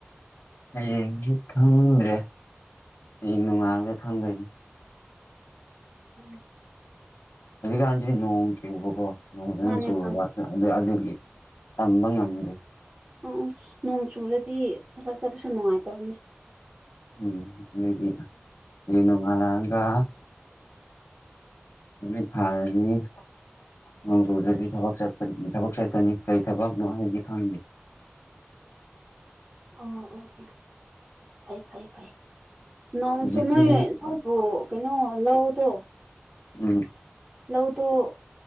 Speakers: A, on the left; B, on the right.
A: ꯍꯌꯦꯡꯗꯤ ꯈꯪꯗ꯭ꯔꯦ ꯍꯌꯦꯡ ꯅꯣꯡꯉꯥꯜꯂꯒ ꯈꯪꯗꯣꯏꯅꯤ
B: ꯎꯝ
A: ꯍꯧꯖꯤꯛꯀꯥꯟꯁꯤ ꯅꯣꯡ ꯆꯨꯕꯀꯣ ꯅꯣꯡ ꯐꯖꯥꯅ
B: ꯃꯥꯅꯦ
A: ꯆꯨꯨꯔꯕ
B: ꯃꯥꯅꯦ
A: ꯑꯗꯨ ꯑꯗꯨꯒꯤ ꯇꯝꯕ ꯉꯝꯗꯦ
B: ꯑꯣ ꯑꯣ ꯅꯣꯡ ꯆꯨꯔꯗꯤ ꯊꯥꯕꯛ ꯆꯠꯄꯁꯨ ꯅꯨꯡꯉꯥꯏꯇꯕꯅꯦ
A: ꯎꯝ ꯑꯗꯨꯗꯤ ꯂꯦꯅꯨꯡꯉꯂꯥꯡꯒ ꯃꯤꯠ <unintelligible> ꯅꯤ ꯅꯣꯡꯖꯨꯗꯔꯗꯤ ꯊꯕꯛ ꯆꯠꯀꯅꯤ ꯊꯕꯛ ꯆꯠꯀꯅꯤ ꯀꯔꯤ ꯊꯕꯛꯅꯣ ꯍꯥꯏꯗꯤ ꯈꯪꯗꯦ
B: ꯑꯣ ꯑꯣ ꯑꯣ ꯐꯩ ꯐꯩ ꯐꯩ ꯅꯪꯁꯨ
A: ꯍꯧꯖꯤꯛꯀꯤ
B: ꯅꯣꯏ ꯅꯪꯕꯨ ꯀꯩꯅꯣ ꯂꯧꯗꯣ
A: ꯎꯝ
B: ꯂꯧꯗꯣ ꯎ